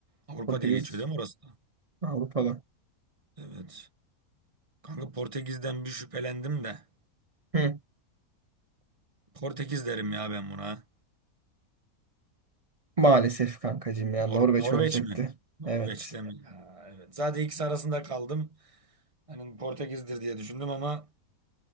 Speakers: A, on the right (about 20°); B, on the right (about 45°).
A: Avrupa
B: Portekiz
A: diye geçiyor değil mi orası da?
B: Avrupa'da.
A: Evet. Kanka Portekiz'den bir şüphelendim de.
B: Hı.
A: Portekiz derim ya ben buna.
B: Maalesef kankacığım ya
A: Nor-
B: Norveç
A: Norveç
B: olacaktı.
A: mi? Norveç'te
B: Evet.
A: mi? Ha, evet. Zaten ikisi arasında kaldım. Hani Portekiz'dir diye düşündüm ama